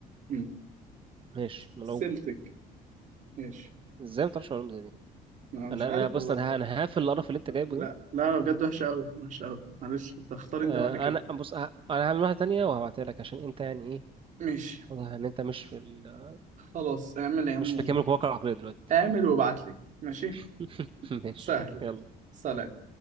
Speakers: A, on the right (about 50°); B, on the right (about 35°).
A: مم.
B: ماشي ملعوبة
A: سيلتك ماشي
B: ازاي ما تعرفش معلومة زي دي
A: أنا مش
B: انا
A: عارف
B: انا بص
A: والله
B: انا ه- انا هقفل القرف اللي انت جايبه
A: لا
B: ده
A: لا بجد
B: ماشي
A: وحشة أوي وحشة أوي معلش أنت اختار أنت
B: آه،
A: بعد كده
B: انا بص ه- انا هعمل واحدة تانية وهبعتها لك عشان انت يعني ايه
A: ماشي
B: واضح ان انت مش في ال...
A: خلاص اعمل يا عم
B: مش في كامل
A: وضع
B: قواك العقلية دلوقتي
A: اعمل وابعت لي ماشي
B: <laughs> ماشي
A: سهل
B: يلا
A: سلام